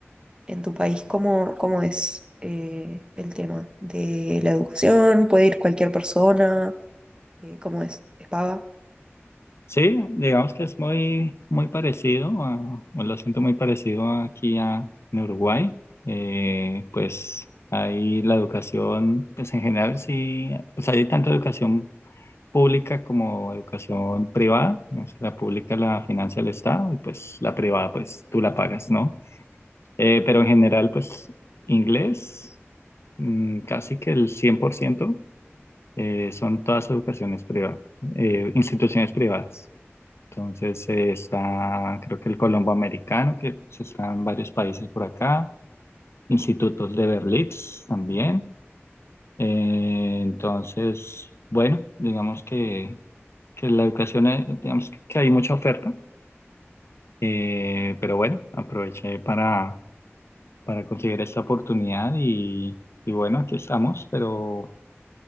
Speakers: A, on the right (about 20°); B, on the left (about 65°).
A: en tu país? ¿Cómo, cómo es eh, el tema de la educación? ¿Puede ir cualquier persona? Eh, ¿cómo es? ¿Es paga?
B: Sí, digamos que es muy, muy parecido, a, o lo siento muy parecido aquí a, en Uruguay. Eh, pues ahí la educación, pues en general sí, pues hay tanta educación pública como educación privada, ¿no? O sea, la pública la financia el Estado y pues la privada pues tú la pagas, ¿no? Eh, pero en general pues inglés mm, casi que el 100% eh, son todas educaciones privadas, eh, instituciones privadas. Entonces eh, está creo que el Colombo Americano, que pues, está en varios países por acá, institutos de Berlitz también. Eh, entonces, bueno, digamos que que la educación, eh, digamos que hay mucha oferta, eh, pero bueno, aproveché para, para conseguir esta oportunidad y, y bueno, aquí estamos, pero